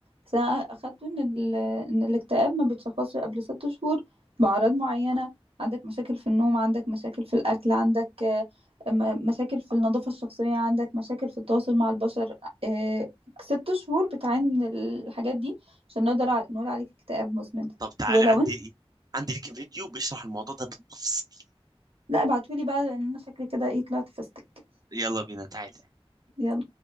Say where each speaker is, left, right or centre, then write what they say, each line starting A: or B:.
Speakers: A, on the right; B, on the right.
A: بس انا اخدته ان ال... ان الاكتئاب ما بيتشخصش قبل ست شهور باعراض معينه عندك مشاكل في النوم عندك مشاكل في الاكل عندك آه، م- مشاكل في النظافه الشخصيه عندك مشاكل في التواصل مع البشر آه، ست شهور بتعاني من الحاجات دي عشان نقدر ع- نقول عليك اكتئاب مزمن
B: طب تعالي
A: ولو
B: عندي
A: انت
B: ايه، عندي ليك فيديو بيشرح الموضوع ده بالتفصيل
A: لا ابعتولي بقى لان انا شكلي كده ايه طلعت فستك
B: يلا بينا تعالي
A: يلا